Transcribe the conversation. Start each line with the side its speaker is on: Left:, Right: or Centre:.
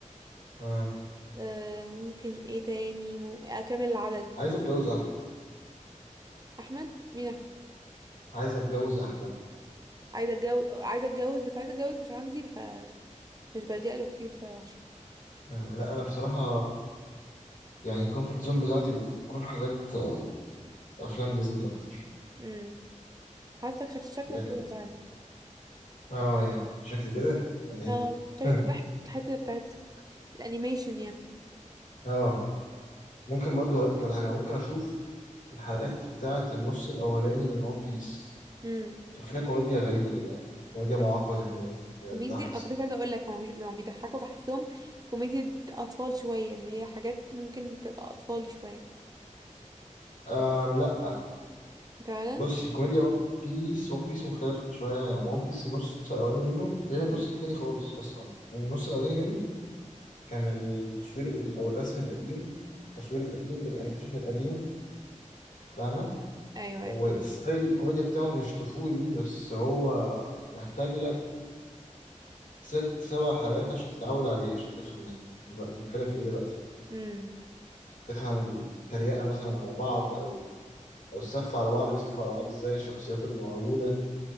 Left: اه
Right: آه ممكن ايه تاني مم... اكمل العدد
Left: عايز اتجوز احلى
Right: احمد مين احمد
Left: عايز اتجوز احلى
Right: عايزه اتجوز عايزه اتجوز بس عايزه اتجوز مش عندي فمش بلجأ له كتير بصراحه
Left: آه، لا انا بصراحه يعني الكومفورت زون بتاعتي بتكون حاجات آه، افلام ديزني اكتر
Right: امم حاسك شك... شكلك
Left: يعني
Right: كده فعلا
Left: اه يعني شكلي كده يعني
Right: اه شكلك
Left: ايه
Right: رايح
Left: <laughs>
Right: الحته بتاعت الانيميشن يعني
Left: اه ممكن برضو اقول لك على حاجه ممكن اشوف الحلقات بتاعه النص الاولاني من ون بيس
Right: امم
Left: كان فيها كوميديا غريبه كده كوميديا معاقه ذهنيا كده
Right: كوميديا
Left: بتضحك
Right: انا
Left: الصراحه
Right: كنت عايزه اقول لك هم بي- هم بيضحكوا بحسهم كوميديا اطفال شويه اللي هي حاجات ممكن تبقى اطفالي شويه
Left: أم لا
Right: فعلا
Left: بصي كوميديا ون بيس ون بيس مختلف شوية يعني ون بيس النص الأولاني منه غير النص
Right: مم.
Left: التاني خالص أصلا النص الأولاني منه كان التصوير ال- أو الرسم القديم التصوير القديم بالأنيميشن القديم فاهمة
Right: ايوه
Left: وستايل
Right: ايوه فاهمة.
Left: الكوميديا بتاعه مش طفولي بس هو محتاج لك ست سبع حلقات عشان تتعود عليه عشان تفهم ده. ب- بنتكلم في إيه دلوقتي
Right: امم
Left: تفهم التريقة مثلا على بعض أو أو السف على بعض بيسفوا على بعض إزاي الشخصيات اللي موجودة